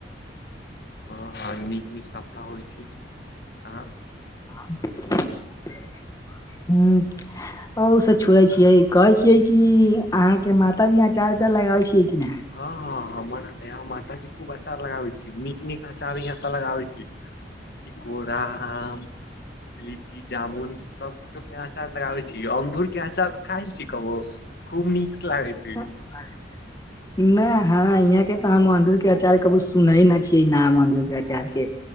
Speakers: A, on the left; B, on the left.
A: हँ हँ नीक नीक कपड़ा होइ छै त
B: ह्म <unintelligible> अउ स छोड़ै छियै, कहे छियै कि, अहाँ के माताजी आचार उचार लगाबल छियै कि ने?
A: हँ- हँ हमर यहां मातााजी खूब अचार लगाबे छी नीक- नीक आचार यहां लगाबे छै। टिकोरा आम। लीची, जामुन सब कुछो के अचार लगाबे छी, अमदुर के अचार काइल छीकबो खूब नीक लागै छी।
B: नै ह यहाँ के तऽ हम अमरुद के आचार कभू सुने ना छी। कि नाम अमरुद के आचार के